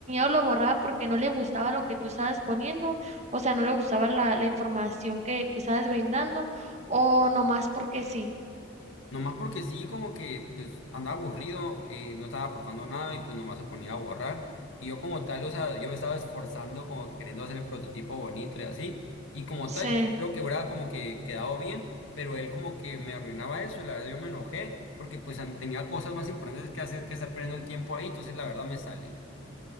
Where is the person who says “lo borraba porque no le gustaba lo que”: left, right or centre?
Right